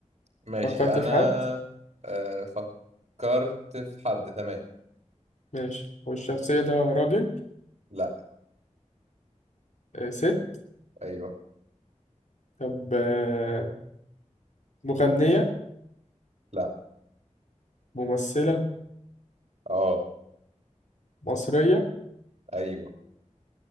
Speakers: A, on the right; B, on the left.
A: ماشي
B: فكرت
A: انا
B: في حد
A: آه، فكرت في حد تمام
B: ماشي والشخصية ده راجل
A: لا
B: آه، ست
A: ايوه
B: طب آه، مغنية
A: لا
B: ممثلة
A: اه
B: مصرية
A: ايوه